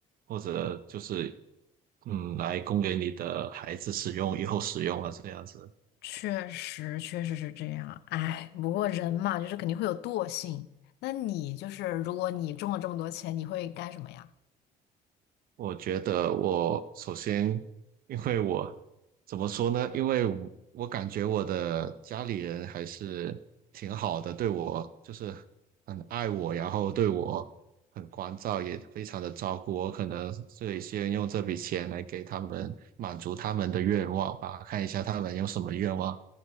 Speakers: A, on the right; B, on the left.
A: 或者就是嗯来供给你的孩子使用，以后使用啊这样子。
B: 确实，确实是这样。哎，不过人嘛，就是肯定会有惰性。那你就是，如果你中了这么多钱，你会干什么呀？
A: 我觉得我首先，因为我怎么说呢？因为我我感觉我的家里人还是挺好的，对我就是很爱我，然后对我很关照，也非常的照顾我。可能是先用这笔钱来给他们满足他们的愿望吧，看一下他们有什么愿望，